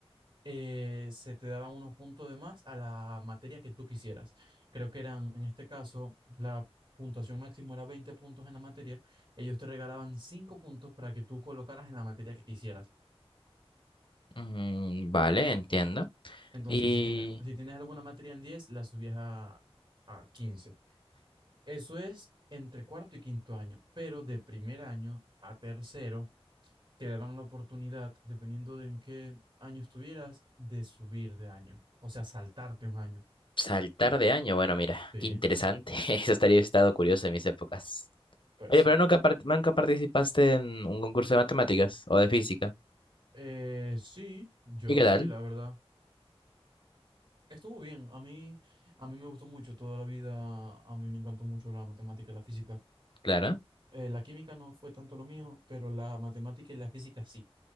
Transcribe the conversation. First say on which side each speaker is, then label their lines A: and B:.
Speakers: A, on the right (about 40°); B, on the left (about 55°).
A: eh, se te daban unos puntos de más a la materia que tú quisieras. Creo que eran, en este caso, la puntuación máxima era 20 puntos en la materia. Ellos te regalaban 5 puntos para que tú colocaras en la materia que quisieras.
B: Mm, vale, entiendo.
A: Entonces,
B: Y
A: si, tiene- si tienes alguna materia en 10 la subías a, a quince Eso es entre cuarto y quinto año, pero de primer año a tercero te daban la oportunidad, dependiendo de en qué año estuvieras, de subir de año, o sea, saltarte un año.
B: saltar de año, bueno, mira,
A: Sí,
B: qué interesante. <laughs> Eso estaría estado curioso en mis épocas.
A: pues
B: Oye,
A: sí.
B: pero nunca, par- nunca participaste en un concurso de matemáticas o de física.
A: Eh, sí, yo
B: ¿Y qué tal?
A: sí, la verdad. Estuvo bien, a mí, a mí me gustó mucho toda la vida, a mí me encantó mucho la matemática y la física.
B: Clara.
A: Eh, la química no fue tanto lo mío, pero la matemática y la física sí.